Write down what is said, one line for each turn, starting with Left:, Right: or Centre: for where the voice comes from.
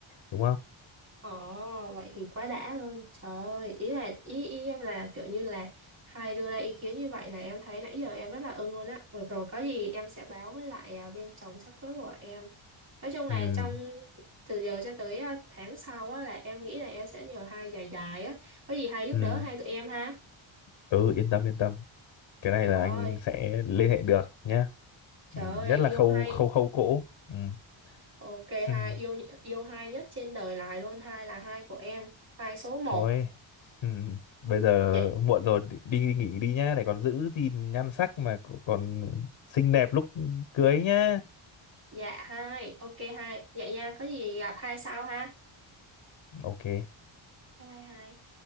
Left: đúng không
Right: Ồ, vậy thì quá đã luôn. Trời ơi, ý là ý, ý em là kiểu như là hai đưa ra ý kiến như vậy là em thấy nãy giờ em rất là ưng luôn á. Được rồi, có gì em sẽ báo với lại à, bên chồng sắp cưới của em. Nói chung là
Left: ừ
Right: trong từ giờ cho tới à, tháng sau á là em nghĩ là em sẽ nhờ hai dài dài á. Có gì hai giúp
Left: ừ
Right: đỡ hai tụi em ha.
Left: ừ yên tâm yên tâm cái này
Right: Trời
Left: là
Right: ơi,
Left: anh sẽ liên hệ được nhé
Right: trời
Left: ừ,
Right: ơi,
Left: nhất là
Right: yêu
Left: khâu
Right: hai.
Left: khâu khâu cỗ ừ.
Right: Ok
Left: <laughs>
Right: hai yêu yêu hai nhất trên đời này luôn, hai là hai của em, hai số một.
Left: thôi ừ. bây giờ
Right: Vậy
Left: muộn rồi đi, đi nghỉ đi nhá để còn giữ gìn nhan sắc mà còn xinh đẹp lúc cưới nhá
Right: dạ hai ok hai dạ nha có gì gặp hai sau ha
Left: ok
Right: bye bye hai